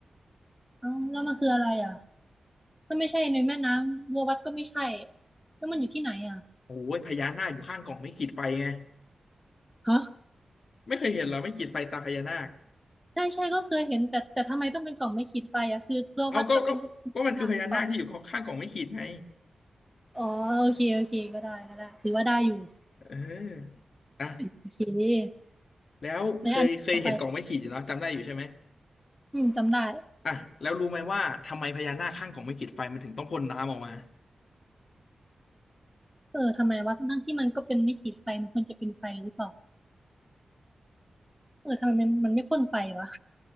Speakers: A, in the centre; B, on the left (about 65°).
A: เอาแล้วมันคืออะไรอ่ะก็ไม่ใช่ในแม่น้ำรัววัดก็ไม่ใช่แล้วมันอยู่ที่ไหนอ่ะ
B: โอ้ยพญานาคอยู่ข้างกล่องไม่ขีดไฟไง
A: ฮะ
B: ไม่เคยเห็นเหรอไม่ขีดไฟตาพญานาค
A: ใช่ใช่ก็เคยเห็นแต่แต่ทำไมต้องเป็นกล่องไม่ขีดไฟอ่ะคือรัววัดก็เป็นรูปพญานาคหรือเปล่า
B: เอาก็ก็ก็มันคือพญานาคที่อยู่ข้างกล่องไม่ขีดไง
A: อ๋อโอเคโอเคก็ได้ก็ได้ถือว่าได้อยู่ <laughs>
B: เออนะ
A: โอเค
B: แล้วเคยเคยเห็นกล่องไม้ขีดอยู่เนาะจำได้อยู่ใช่ไหม
A: ในอันต่อไปอืมจำได้
B: อ่ะแล้วรู้ไหมว่าทำไมพญานาคข้างกล่องไม้ขีดไฟมันถึงต้องพ่นน้ำออกมา
A: เออทำไมวะทั้งๆที่มันก็เป็นไม่ขีดไฟมันควรจะเป็นไฟหรือเปล่าเออทำไมมันมันไม่พ่นไฟวะ